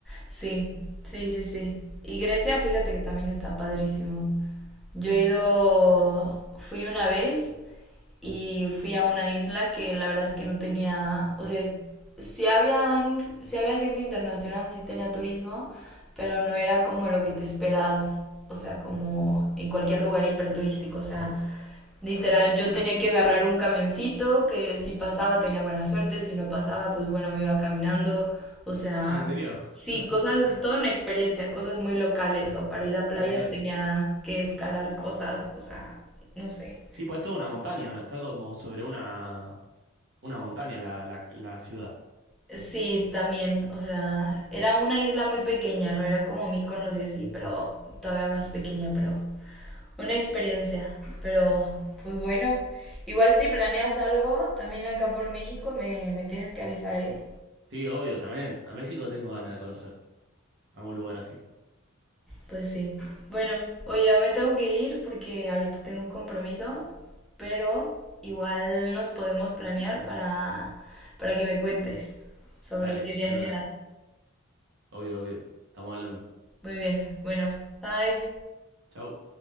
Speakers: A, in the centre; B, on the right (about 60°).
A: Sí, sí, sí, sí. Y Grecia, fíjate que también está padrísimo. Yo he ido, fui una vez y fui a una isla que la verdad es que no tenía, o sea, sí habían, sí había gente internacional, sí tenía turismo, pero no era como lo que te esperas, o sea, como en cualquier lugar hiperturístico, o sea, literal yo tenía que agarrar un camioncito que si pasaba tenía buena suerte, si no pasaba, pues bueno, me iba caminando, o sea,
B: Ah, ¿en serio?
A: sí,
B: <laughs>
A: cosas, toda una experiencia, cosas muy locales, o para ir a playas
B: Re piola.
A: tenía que escalar cosas, o sea, no sé.
B: Sí, pues es toda una montaña, ¿no? Está como sobre una, una montaña la, la, la ciudad.
A: Sí, también, o sea, era una isla muy pequeña, no era como Mykonos y así, pero todavía más pequeña, pero una experiencia, pero pues bueno, igual si planeas algo, también acá por México me, me tienes que avisar, ¿eh?
B: Sí, obvio, también. A México tengo ganas de conocer algún lugar así.
A: Pues sí. Bueno, oye, ya me tengo que ir porque ahorita tengo un compromiso, pero igual nos podemos planear para, para que me cuentes sobre
B: Dale,
A: qué viaje
B: de una. Obvio, obvio. Estamos hablando.
A: Muy bien, bueno, bye.
B: Chau.